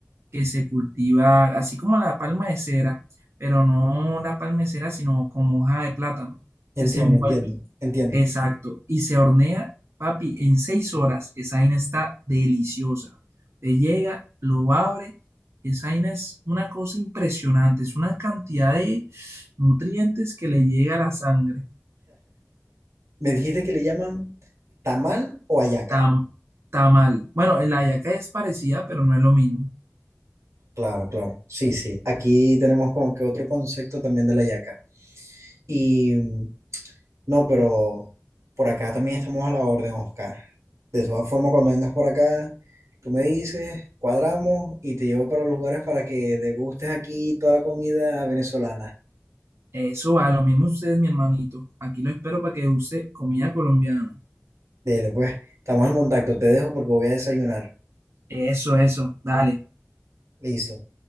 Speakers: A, on the right; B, on the right.
A: que se cultiva así como la palma de cera, pero no la palma de cera, sino como hoja de plátano. Entonces,
B: Entiendo,
A: Se envuelve,
B: entiendo, entiendo.
A: exacto, y se hornea, papi, en seis horas. Esa vaina está deliciosa. Te llega, lo abre. Esa vaina es una cosa impresionante, es una cantidad de nutrientes que le llega a la sangre.
B: Me dijiste que le llaman tamal o hallaca.
A: Tam, tamal. Bueno, el hallaca es parecida, pero no es lo mismo.
B: Claro, claro. Sí, sí. Aquí tenemos como que otro concepto también de la yaca. Y mm, no, pero por acá también estamos a la orden, Oscar. De todas formas, cuando vengas por acá, tú me dices, cuadramos y te llevo para los lugares para que degustes aquí toda la comida venezolana.
A: Eso va, lo mismo ustedes mi hermanito. Aquí lo espero para que use comida colombiana.
B: Dele, pues, estamos en contacto. Te dejo porque voy a desayunar.
A: Eso, eso. Dale.
B: Listo.